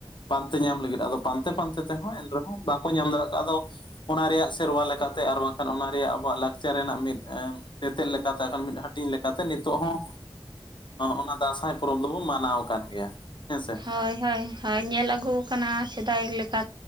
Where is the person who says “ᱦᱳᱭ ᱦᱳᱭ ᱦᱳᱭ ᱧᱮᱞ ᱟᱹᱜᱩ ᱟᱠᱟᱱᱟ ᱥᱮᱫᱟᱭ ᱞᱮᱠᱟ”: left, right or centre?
Right